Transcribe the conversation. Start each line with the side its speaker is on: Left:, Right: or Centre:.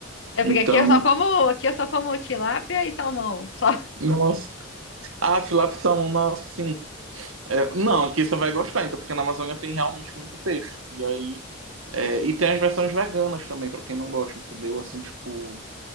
Left: É
Right: Então,
Left: porque aqui eu só como, aqui eu só como tilápia e salmão. Só.
Right: nossa. Ah, tilápia e salmão, nossa, sim. É, não, aqui você vai gostar, então, porque na Amazônia tem realmente muito peixe. E aí. é, e tem as versões veganas também, pra quem não gosta, entendeu? Assim, tipo.